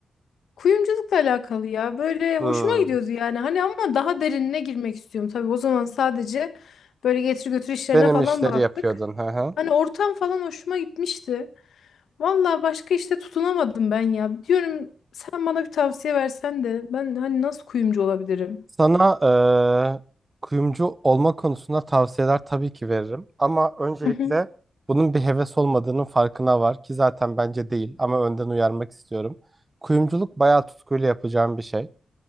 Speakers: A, on the left; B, on the right.
A: Kuyumculukla alakalı ya. Böyle hoşuma
B: Hmm.
A: gidiyordu yani. Hani ama daha derinine girmek istiyorum. Tabii o zaman sadece böyle getir götür işlerine
B: Benim
A: falan
B: işleri
A: baktık.
B: yapıyordun. Hı hı.
A: Hani ortam falan hoşuma gitmişti. Vallahi başka işte tutunamadım ben ya. Diyorum sen bana bir tavsiye versen de ben hani nasıl kuyumcu olabilirim?
B: Sana eee, kuyumcu olma konusunda tavsiyeler tabii ki veririm. Ama öncelikle
A: Hı hı.
B: bunun bir heves olmadığının farkına var ki zaten bence değil ama önden uyarmak istiyorum. Kuyumculuk bayağı tutkuyla yapacağım bir şey.